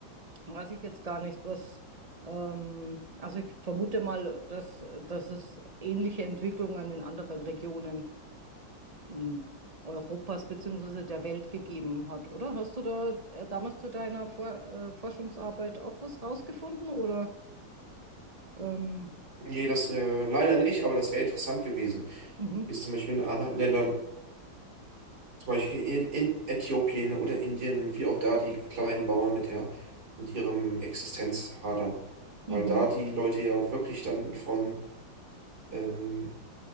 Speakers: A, on the right (about 25°); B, on the right (about 50°).
A: weiß ich jetzt gar nicht, was. Ähm, also ich vermute mal, dass, dass es ähnliche Entwicklungen in anderen Regionen m, Europas beziehungsweise der Welt gegeben hat, oder? Hast du da äh, damals zu deiner Vor äh, Forschungsarbeit auch was rausgefunden, oder? Ähm,
B: Nee, das äh, leider nicht, aber das wäre interessant gewesen,
A: mhm,
B: wie es zum Beispiel in anderen Ländern Zum Beispiel in, in Äthiopien oder Indien, wie auch da die kleinen Bauern mit, ihr, mit ihrem Existenz hadern.
A: mhm.
B: Weil da die Leute ja wirklich dann von, ähm,